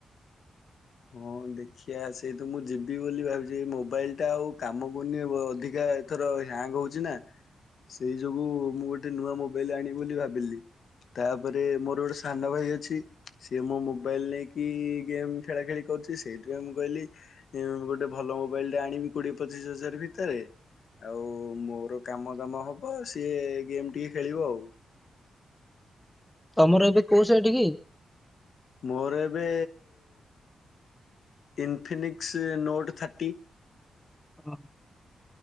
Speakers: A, on the left; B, in the centre.
A: ହଁ ଦେଖିିବା ସେଇ ତ ମୁଁ ଯିବି ବୋଲି ଭାବଛି ଏ ମୋବାଇଲ ଟା ଆଉ କାମ କରୁନି ଅଧିକା ଏଥର ହ୍ୟାଙ୍ଗ ହଉଛି ନା ସେଇ ଯୋଗୁ ମୁଁ ଗୋଟେ ନୂଆ ମୋବାଇଲ ଆଣିବି ବୋଲି ଭାବିଲି ତାପରେ ମୋର ଗୋଟେ ସାନ ଭାଇ ଅଛି ସିଏ ମୋ ମୋବାଇଲ ନେଇକି ଗେମ୍ ଖେଳା ଖେଳି କରୁଛି ସେଇଥିପାଇଁ ମୁଁ କହିଲି ଗୋଟେ ଭଲ ମୋବାଇଲ ଟା ଆଣିବି କୋଡିଏ ପଚିଶି ହଜାର ଭିତରେ ଆଉ ମୋର କାମ ଦାମ ହବ ସିଏ ଗେମ୍ ଟିକେ ଖେଳିବ ଆଉ।
B: ତମର ଏବେ କୋଉ ସେଟ କି?
A: ମୋର ଏବେ ଇନଫିନିକ୍ସ ନୋଟ୍ ଥାର୍ଟି
B: ହଁ।